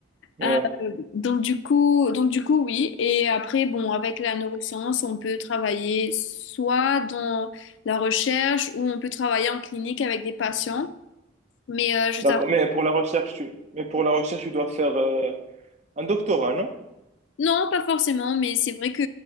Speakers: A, on the right; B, on the left.
A: Ouais,
B: euh, donc du coup, donc du coup, oui. Et après, bon, avec la neuroscience, on peut travailler soit dans la recherche ou on peut travailler en clinique avec des patients. Mais euh, je
A: d'accord.
B: t'avoue
A: Mais pour la recherche, tu, mais pour la recherche, tu dois faire euh, un doctorat, non?
B: Non, pas forcément, mais c'est vrai que